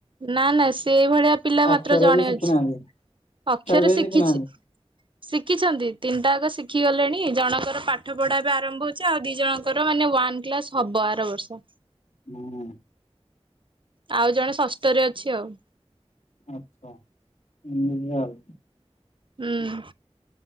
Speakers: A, on the right; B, on the left.
A: ନା ନା ସେଇ ଭଳିଆ ପିଲା ମାତ୍ର
B: ଅକ୍ଷର
A: ଜଣେ
B: ବି ଶିଖିନାହାନ୍ତି
A: ଅଛି ଅକ୍ଷର
B: କେହି
A: ଶିଖିଛି।
B: ଶିଖିନାହାନ୍ତି।
A: ଶିଖିଛନ୍ତି ତିନିଟା ଆଗ ଶିଖି ଗଲେଣି ଜଣଙ୍କର ପାଠ ପଢ଼ା ବେ ଆରମ୍ଭ ହଉଛି ଆଉ ଦି ଜଣ ର ମାନେ ୱନ୍ କ୍ଲାସ ହବ ଆର ବର୍ଷ।
B: <unintelligible>
A: ଆଉ ଜଣେ ଷଷ୍ଠରେ ଅଛି ଆଉ।
B: ଆଚ୍ଛା <unintelligible>
A: ହୁଁ।